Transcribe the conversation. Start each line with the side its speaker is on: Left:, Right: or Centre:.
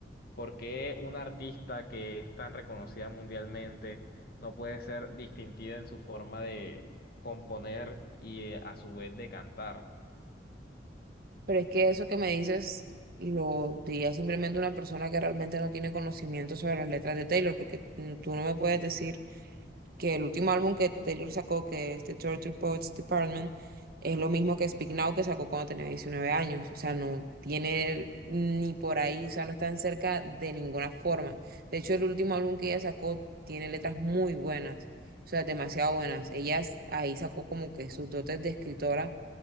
Left: ¿Por qué una artista que es tan reconocida mundialmente no puede ser distintiva en su forma de componer y eh, a su vez de cantar?
Right: Pero es que eso que me dices lo diría simplemente una persona que realmente no tiene conocimiento sobre las letras de Taylor, porque mm, tú no me puedes decir que el último álbum que Taylor sacó, que es The Torture Poets Department, es lo mismo que Speak Now que sacó cuando tenía 19 años. O sea, no tiene ni por ahí, o sea, no están cerca de ninguna forma. De hecho, el último álbum que ella sacó tiene letras muy buenas, o sea, demasiado buenas. Ella s- ahí sacó como que sus dotes de escritora